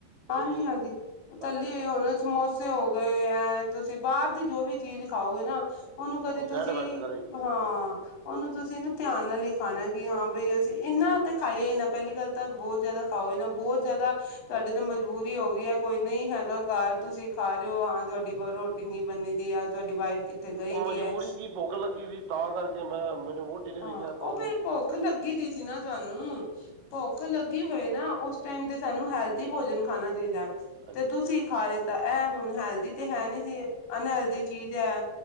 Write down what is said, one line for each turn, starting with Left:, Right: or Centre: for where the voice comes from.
Left: ਹਾਂਜੀ-ਹਾਂਜੀ
Right: ਜਿਹੜੀ
Left: ਤੱਲੀ
Right: ਅੱਛਾ ਅੱਛਾ
Left: ਹੋਗੇ, ਸਮੋਸੇ ਹੋ ਗਏ ਐ ਤੁਸੀਂ ਬਾਰ ਦੀ ਜੋ ਵੀ ਚੀਜ਼ ਖਾਓਗੇ ਨਾ ਉਹਨੂੰ ਕਦੇ
Right: ਉਹ ਸਾਈਡ
Left: ਤੁਸੀਂ
Right: ਇਫੈਕਟ ਕਰੇਗੀ ਇਹ
Left: ਹਾਂ
Right: ਠੀਕ ਹੈ,
Left: ਉਹਨੂੰ ਤੁਸੀਂ ਨਾ ਧਿਆਨ ਨਾਲ ਈ ਖਾਣਾ ਕਿ ਹਾਂ ਬਈ ਇਨਾਂ ਤੇ ਖਾਈਏ
Right: ਅੱਛਾ
Left: ਨਾ ਪਹਿਲੀ ਗੱਲ ਤਾਂ ਬਹੁਤ ਜ਼ਿਆਦਾ ਖਾਓ ਈ ਨਾ ਬਹੁਤ ਜਿਆਦਾ ਸਾਡੇ ਮਜਬੂਰੀ ਹੋ ਗਈ ਐ ਕੋਈ ਨਈ ਹੈਗਾ ਘਰ ਤੁਸੀਂ ਖਾ ਰਹੇ ਓ ਹਾਂ ਤੁਹਾਡੀ ਪਰ ਰੋਟੀ ਨੀ ਬੰਨੀ ਦੀ ਆ ਤੁਹਾਡੀ ਵਾਈਫ ਕਿੱਥੇ ਗਈ
Right: ਉਹ ਮਜਬੂਰੀ
Left: ਦੀ ਹੈ
Right: ਕੀ ਭੁੱਖ ਲੱਗੀ ਸੀ ਤਾਂ ਕਰਕੇ ਮੈਂ ਮੈਨੂੰ ਵੋਟੀ ਨੇ
Left: ਹਾਂ
Right: ਵੀ ਕੈ ਤਾ
Left: ਉਹ ਫੇਰ ਭੁੱਖ ਲੱਗੀ ਦੀ ਸੀ ਨਾ ਤੁਹਾਨੂੰ ਭੁੱਖ ਲੱਗੀ ਹੋਏ ਨਾ ਉਸ ਟੈਮ ਤੇ ਸਾਨੂੰ ਹੈਲਦੀ ਭੋਜਨ ਖਾਣਾ ਚਾਹੀਦਾ ਐ
Right: ਅੱਛਾ
Left: ਤੇ
Right: ਅੱਛਾ
Left: ਤੁਸੀਂ ਖਾ ਰੇ ਤਾਂ ਇਹ ਹੁਣ ਹੈਲਦੀ ਤੇ ਹੈ ਨੀ ਜੇ ਅਨਹੈਲਦੀ ਚੀਜ਼ ਐ